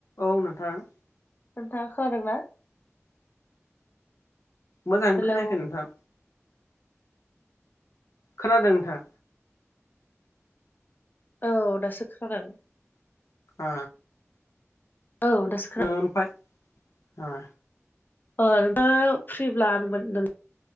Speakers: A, on the left (about 80°); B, on the left (about 40°).
A: औ नोंथां।
B: नोंथाङा खोनादों ना?
A: मोजाङै
B: हेलौ
A: खोनायाखै नोंथां। खोनादों नोंथां?
B: औ दासो खोनादों।
A: ओ।
B: औ दासो खोनादों
A: ओमफाय ओ।
B: <unintelligible> फ्रिब्ला मोन नों